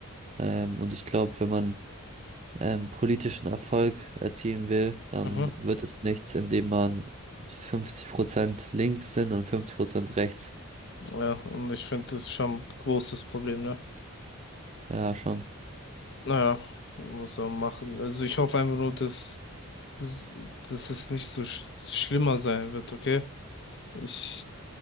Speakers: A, on the right; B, on the left.
A: Ähm, und ich glaube, wenn man ähm, politischen Erfolg erzielen will, dann
B: Mhm.
A: wird es nichts, indem man 50% links sind und 50% rechts.
B: Ja, und ich finde, das ist schon ein großes Problem, ne?
A: Ja, schon.
B: Naja, muss man machen. Also ich hoffe einfach nur, dass, dass es nicht so sch schlimmer sein wird, okay? Ich